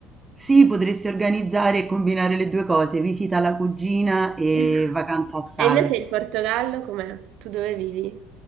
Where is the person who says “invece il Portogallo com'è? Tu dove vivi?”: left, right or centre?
Right